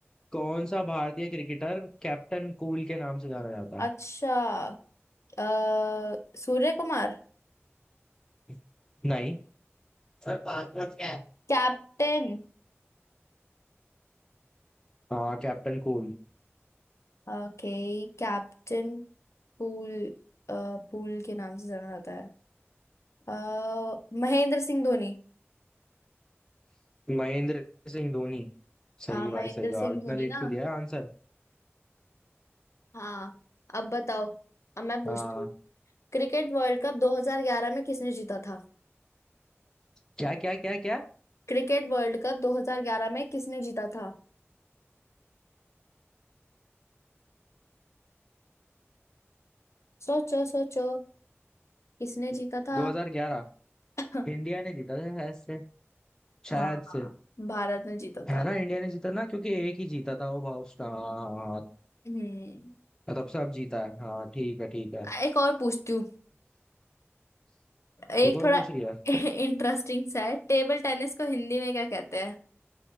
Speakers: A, on the left; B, on the left.
A: कौन सा भारतीय क्रिकेटर कैप्टन कूल के नाम से जाना जाता
B: अच्छा अ, Surya Kumar
A: है नहीं सर, पासवर्ड क्या है?
B: Captain
A: हाँ कैप्टन कूल
B: Okay Captain pool अ, Pool के नाम से जाना जाता है अ, महेंद्र सिंह धोनी
A: महेंद्र सिंह धोनी सही
B: हाँ महेंद्र
A: भाई सही जवाब
B: सिंह
A: इतना
B: धोनी
A: लेट
B: ना
A: क्यों दिया है आंसर
B: हाँ अब बताओ अब मैं पूछती
A: हाँ
B: हूँ क्रिकेट वर्ल्ड कप 2011 में किसने जीता था
A: क्या क्या क्या क्या
B: क्रिकेट वर्ल्ड कप 2011 में किसने जीता था सोचो सोचो किसने
A: 2011
B: जीता था <coughs> <laughs>
A: इंडिया ने जीता था शायद से शायद
B: हाँ
A: से
B: हाँ, भारत ने जीता
A: है
B: था
A: ना इंडिया ने जीता ना क्योंकि एक ही जीता था वो भाउस हाँ हाँ, हाँ,
B: हम्म
A: तब से अब जीता है हाँ ठीक है ठीक है
B: एक और पूछती हूँ एक
A: एक और
B: थोड़ा
A: पूछ रही है
B: <laughs> इंटरेस्टिंग सा है टेबल टेनिस को हिंदी में क्या कहते